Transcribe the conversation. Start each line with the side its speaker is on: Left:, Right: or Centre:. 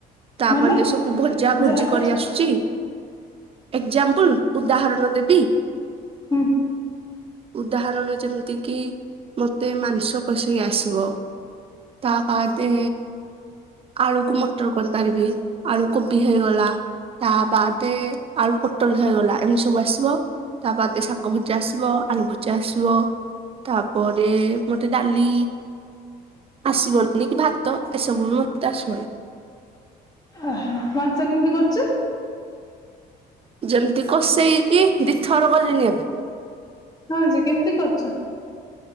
Right: ତାପ
Left: ମାନେ
Right: ସବୁ ଭଜା ଭଜି
Left: ଯାହା ଆଛା
Right: କରି ଆସୁଚି। ଏକଜାମ୍ପଲ ଉଦାହରଣ ଦେବି।
Left: ହୁଁ।
Right: ଉଦାହରଣ ଯେମିତି କିି ମତେ ମାଂସ କସ ଇ ଆସିବ। ତା ବାଦେ ଆଳୁକୁ ମଟର କରିପାରିବି। ଆଳୁ କୋବି ହେଇଗଲା ତା ବାଦ ଆଳୁ ପୋଟଳ ହେଇଗଲା ଏମିତି ସବୁ ଆସିବ। ତା ବାଦ ଶାଗ ଭୁଜା ଆସିବ ଆଳୁ ଭୁଜା ଆସିବ। ତାପରେ ମତେ ଡାଲି। ଆସିବନି କି ଭାତ ଏସବୁ ବି ମତେ ଆସିବନି।
Left: ଆହା ମାଂସ କେମିତି କରୁଛୁ?
Right: ଯେମିତି କଷେଇକିି ଦି ଥର ଗଲିଣିି ଏବେ।
Left: ହଁ ଯେ କେମିତି କରୁଛ?